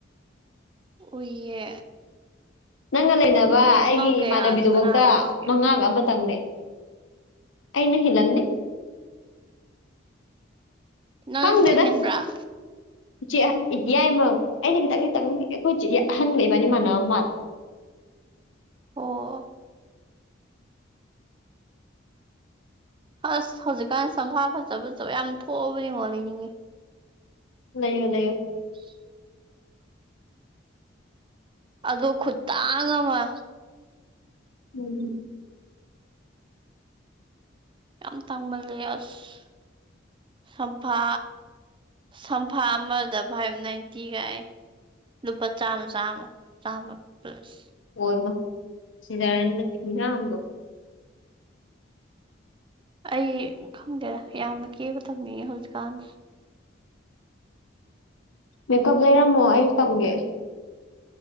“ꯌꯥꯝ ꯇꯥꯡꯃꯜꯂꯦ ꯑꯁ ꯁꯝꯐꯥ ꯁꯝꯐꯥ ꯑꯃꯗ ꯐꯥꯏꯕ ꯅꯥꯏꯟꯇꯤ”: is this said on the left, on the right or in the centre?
Right